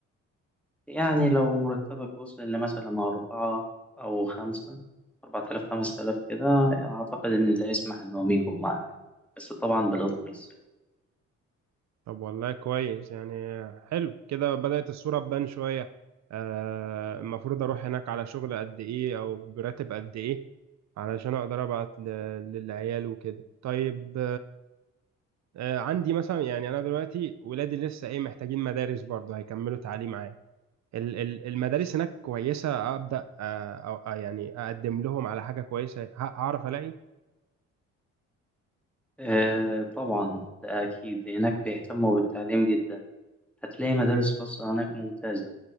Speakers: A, in the centre; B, on the right (about 65°).
A: يعني لو مرتبك وصل لمثلا أربعة أو خمسة أربعة آلاف خمسة آلاف كده أعتقد إن ده يسمح إن هم يجوا معاك بس طبعا بالإضافة للسعر
B: طب والله كويس يعني حلو كده بدأت الصورة تبان شوية آه، المفروض أروح هناك على شغل قد إيه أو براتب قد إيه علشان أقدر أبعت ل- للعيال وكده طيب آه، عندي مثلا يعني أنا دلوقتي ولادي لسه إيه محتاجين مدارس برضه هيكملوا تعليم عام ال- ال- المدارس هناك كويسة أبدأ آه، أو آه، يعني أقدم لهم على حاجة كويسة ه- هعرف ألاقي
A: آه طبعا ده أكيد هناك بيهتموا بالتعليم جدا هتلاقي مدارس خاصة هناك ممتازة